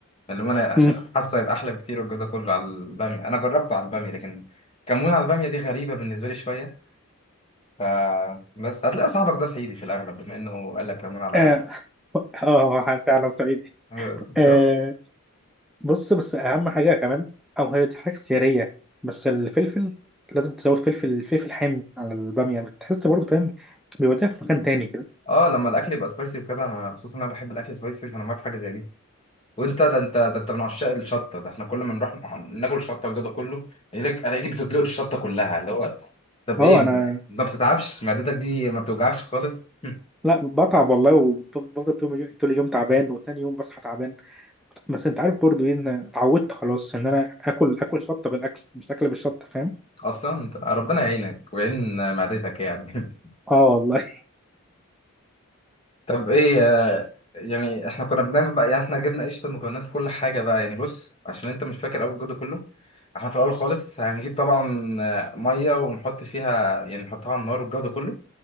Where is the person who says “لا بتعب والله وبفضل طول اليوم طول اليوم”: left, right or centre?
Centre